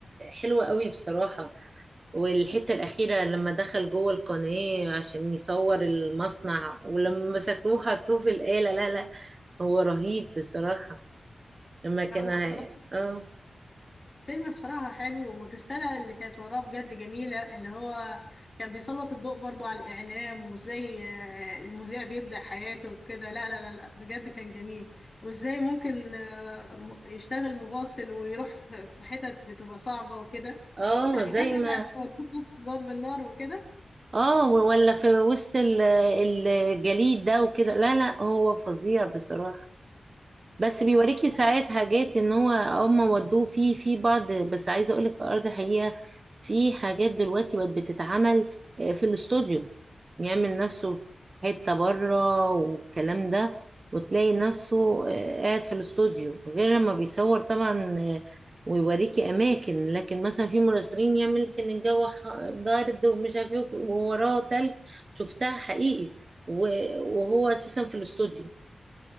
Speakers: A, on the right (about 35°); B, on the left (about 30°).
A: حلو قوي بصراحة والحتة الأخيرة لما دخل جوه القناة عشان يصور المصنع ولما مسكوه حطوه في الآلة لا لا هو رهيب بصراحة لما كان
B: لا هو
A: هي-
B: بصراحة
A: اه
B: فيلم بصراحة حلو والرسالة اللي كانت وراه بجد جميلة اللي هو كان بيسلط الضوء برضو على الإعلام وإزاي آه، المذيع بيبدأ حياته وكده لا لا لا لا بجد كان جميل وإزاي ممكن آه، م- يشتغل مراسل ويروح في في حتت بتبقى صعبة وكده
A: اه
B: يعني
A: زي
B: فاكرة
A: ما
B: بتاعت ودوه وسط ضرب النار وكده
A: اه ولا في وسط ال- الجليد ده وكده لا لا هو فظيع بصراحة بس
B: لا
A: بيوريكي
B: هو-
A: ساعات حاجات ان هو هما ودوه فيه في بعض بس عايزه اقولك في ارض حقيقه في حاجات دلوقتي بقت بتتعمل آه، في الاستوديو يعمل نفسه في حته بره والكلام ده وتلاقي نفسه آه، قاعد في الاستوديو غير لما بيصور طبعا آه، ويوريكي اماكن لكن مثلا في مراسلين يعمل لك ان الجو ح- بارد ومش عارف ايه ووراه تلج شفتها حقيقي و- وهو اساسا في الاستوديو